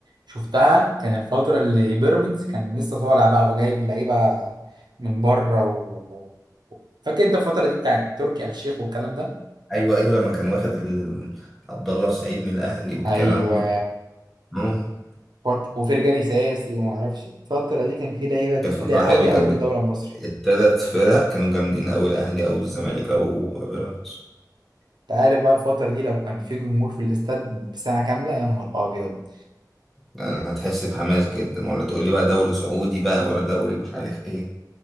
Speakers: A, on the right; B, in the centre.
A: شفتها كان الفترة اللي بيراميدز كان لسه طالع بقى وجايب لعيبة من بره و... فاكر انت الفترة دي بتاعت تركي آل الشيخ والكلام ده؟
B: أيوه أيوه لما كان واخد ال- عبد الله السعيد من الأهلي والكلام
A: ايوه
B: ده مم.
A: فت- وفرجاني ساسي وما اعرفش إيه. الفترة دي كان في لعيبة تقيلة
B: كانت فترة
A: قوي
B: حلوة كان
A: قوي في الدوري المصري
B: التلات فرق كانوا جامدين أوي الأهلي أو الزمالك أو بيراميدز
A: انت عارف بقى الفترة دي لو كان في جمهور في الاستاد بساعة كاملة يا نهار ابيض
B: يعني هتحس بحماس جدا ولا تقول لي بقى دوري سعودي بقى ولا دوري مش عارف ايه